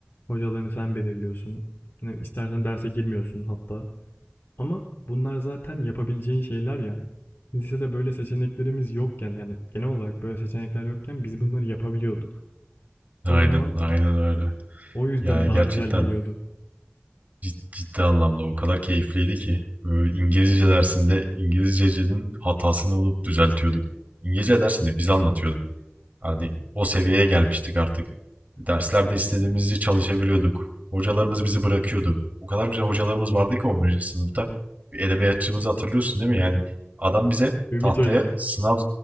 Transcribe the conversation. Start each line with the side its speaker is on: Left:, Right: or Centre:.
Left: Hocalarını sen belirliyorsun. Ne, istersen derse girmiyorsun hatta. Ama bunlar zaten yapabileceğin şeyler ya. Lisede böyle seçeneklerimiz yokken yani genel olarak böyle seçenekler yokken biz bunları yapabiliyorduk. O
Right: Aynen,
Left: zaman
Right: aynen öyle.
Left: o yüzden
Right: Ya gerçekten
Left: daha güzel geliyordu.
Right: cid- ciddi anlamda o kadar keyifliydi ki. Böyle İngilizce dersinde İngilizce'nin hatasını bulup düzeltiyorduk. İngilizce dersinde biz anlatıyorduk. Hani o seviyeye gelmiştik artık. Derslerde istediğimizi çalışabiliyorduk. Hocalarımız bizi bırakıyordu. O kadar güzel hocalarımız vardı ki 11. sınıfta. Bir edebiyatçımızı hatırlıyorsun değil mi? Yani adam bize
Left: Ümit
Right: tahtaya
Left: Hoca.
Right: sınav